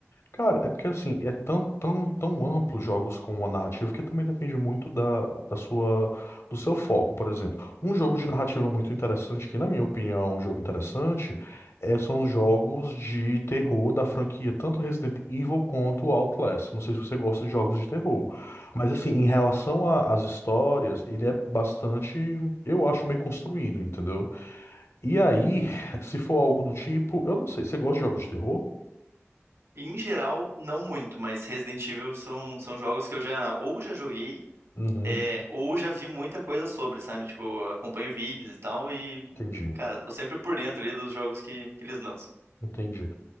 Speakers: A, on the left; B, on the right.
A: Cara, é porque assim, é tão, tão, tão amplo jogos com uma narrativa que também depende muito da, da sua, do seu foco, por exemplo. Um jogo de narrativa muito interessante, que na minha opinião é um jogo interessante, é, são os jogos de terror da franquia, tanto Resident Evil quanto Outlast. Não sei se você gosta de jogos de terror, mas assim, em relação a- às histórias, ele é bastante, eu acho, bem construído, entendeu? E aí,
B: Aham.
A: <laughs> se for algo do tipo, eu não sei, você gosta de jogos de terror?
B: Em geral, não muito, mas Resident Evil são, são jogos que eu já ou já joguei,
A: Uhum,
B: é, ou já vi muita coisa sobre, sabe? Tipo, acompanho vídeos e tal, e,
A: entendi,
B: cara, tô sempre por dentro ali dos jogos que, que eles lançam.
A: entendi.